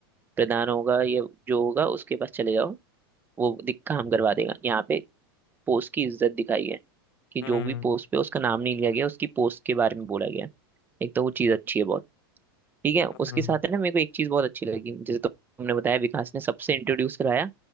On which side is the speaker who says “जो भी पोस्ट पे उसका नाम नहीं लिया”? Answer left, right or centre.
Right